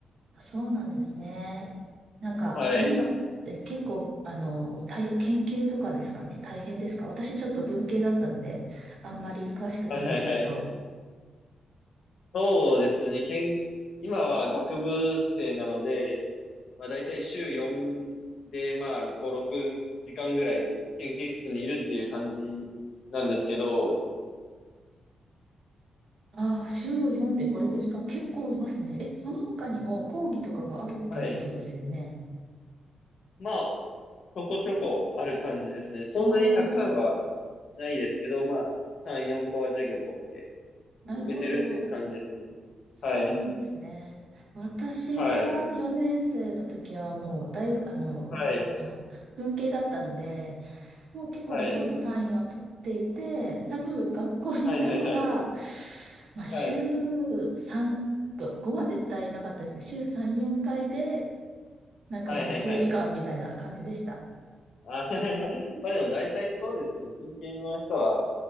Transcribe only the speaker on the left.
はい。
はいはいはい。そうですね。けん、今は学部生なので、まあ大体週4で、まあ5、6時間ぐらい研究室にいるっていう感じなんですけど、
うん
はい。まあ、ここちょこある感じですね。そんなにたくさんは
ないですけど、まあ、3、4個は授業取って
受けてるっていう感じですね。
はい、
はい、
はい、
はい、
はい、はい、はい、
はい、
はい、はい、はい。あ、<laughs> まあでも大体そうですよね。文系の人は、